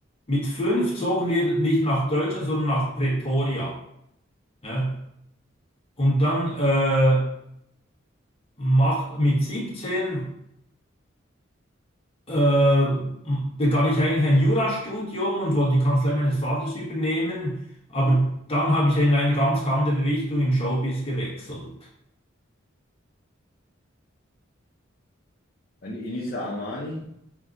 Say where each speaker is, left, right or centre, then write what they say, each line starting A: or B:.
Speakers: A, on the left; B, on the left.
A: Mit fünf zogen wir nicht nach Deutschland, sondern nach Pretoria. Ja? Und dann äh, macht mit 17 äh, begann ich eigentlich ein Jurastudium und wollte die Kanzlei meines Vaters übernehmen, aber dann habe ich in eine ganz andere Richtung im Showbiz gewechselt.
B: An Inisa Amani,